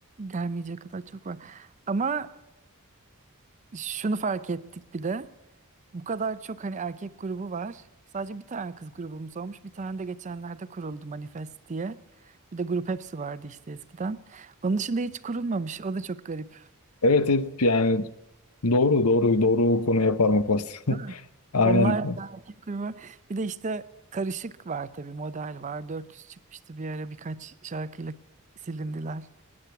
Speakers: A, on the right; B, on the left.
A: gelmeyecek kadar çok var. Ama şunu fark ettik bir de. Bu kadar çok hani erkek grubu var. Sadece bir tane kız grubumuz olmuş. Bir tane de geçenlerde kuruldu Manifest diye. Bir de grup hepsi vardı işte eskiden. Onun dışında hiç kurulmamış. O da çok garip.
B: Evet hep yani doğru doğru doğru konu yapar mı pasta?
A: Değil mi?
B: <laughs> Aynen.
A: Onlar da erkek grubu. Bir de işte karışık var tabii model var. 400 çıkmıştı bir ara birkaç şarkıyla silindiler.